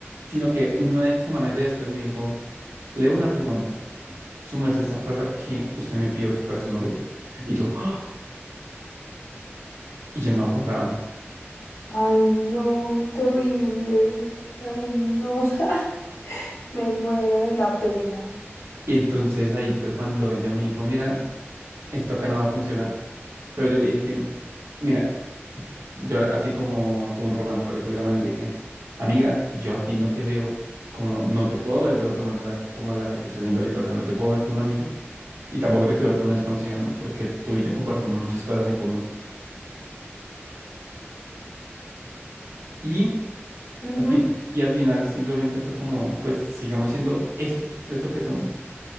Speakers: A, on the right; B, on the left.
A: sino que una semana ya después me dijo, leo una pregunta. Su merced se acuerda que usted me pidió que fuera su novia. Y yo, ¡ah! Y yo no me acordaba.
B: Ay, no, terrible. Ay, no, <laughs> me muero de la pena.
A: Y entonces ahí fue cuando ella me dijo, mira, esto acá no va a funcionar. Pero yo le dije, mira, yo así como todo un romántico le cogí la mano y le dije, amiga, yo a ti no te veo como, no te puedo ver de otra manera como la que te estoy viendo ahorita. O sea, no te puedo ver como una amiga. Y tampoco te quiero ver como una desconocida, ¿no? Porque tú y yo compartimos muchas cosas en común. Y
B: Ujú.
A: al fin, y al final simplemente fue como, pues sigamos siendo esto, esto que somos.